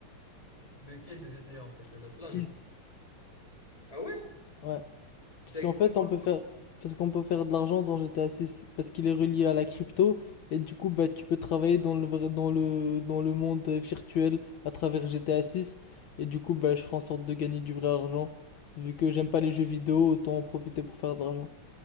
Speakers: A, on the left; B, on the left.
A: Lequel des GTA
B: six
A: en fait? Il y en a plein, mec. Ah ouais?
B: Ouais. Parce
A: Ça
B: qu'en
A: existe
B: fait,
A: même pas.
B: on peut faire... Parce qu'on peut faire de l'argent dans GTA six Parce qu'il est relié à la crypto. Et du coup, bah, tu peux travailler dans le vrai... dans le... dans le monde euh, virtuel à travers GTA six Et du coup, bah, je ferai en sorte de gagner du vrai argent. Vu que j'aime pas les jeux vidéo, autant en profiter pour faire de l'argent.